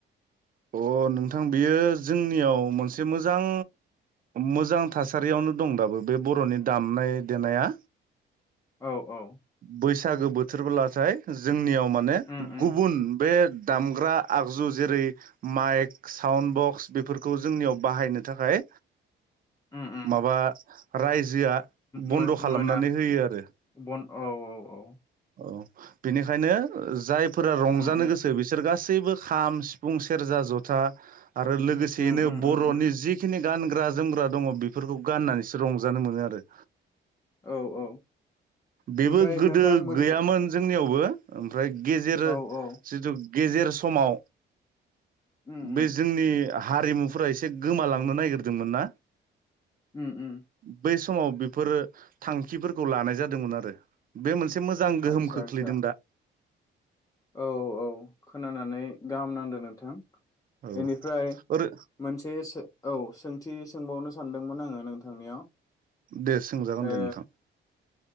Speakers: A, on the right (about 45°); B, on the left (about 15°).
A: अ नोंथां बियो जोंनियाव मोनसे मोजां मोजां थासारियावनो दं दाबो बे बर'नि दामनाय देनाया।
B: औ औ।
A: बैसागो बोथोरबोलाथाय जोंनियाव माने
B: उम उम
A: गुबुन बे दामग्रा आगजु जेरै माइक साउन्ड बक्स बेफोरखौ जोंनियाव बाहायनो थाखाय
B: उम उम
A: माबा राइ जोया
B: मो-मोना
A: बन्द' खालामनानै होयो आरो।
B: बन औ औ औ।
A: औ बेनिखायनो जायफोरा रंजानो
B: उम उम
A: गोसो बिसोर गासैबो खाम सिफुं सेरजा जथा आरो लोगोसेयैनो
B: उम उम
A: बरनि
B: उम उम
A: जिखिनि गानग्रा जोमग्रा दङ बेफोरखौ गाननानैसो रंजानो मोनो आरो।
B: औ औ।
A: बेबो
B: ओमफ्राय
A: गोदो
B: नोंथां मोनसे
A: गैयामोन जोंनियावबो <inaudible> ओमफ्राय गेजेर
B: औ औ
A: जिथु गेजेर समाव।
B: उम उम
A: बे जोंनि हारिमुफोरा एसे गोमालांनो नागिरदोंमोन ना
B: ओम ओम।
A: बै समाव बेफोरो थांखिफोरखौ लानाय जाद दोंमोन आरो बे मोनसे से मोजां गोहोम
B: आदसा
A: खोख्लैदों
B: आदसा
A: दा
B: औ औ खोनानानै गाहाम नांदों नोंथां
A: औ
B: बेनिफ्राय
A: ओरै
B: मोनसे औ सोंथि सोंबावनो सा सानदोंमोन आङो नोंथांनियाव
A: दे सोंजागोन
B: ओ
A: दे नोंथां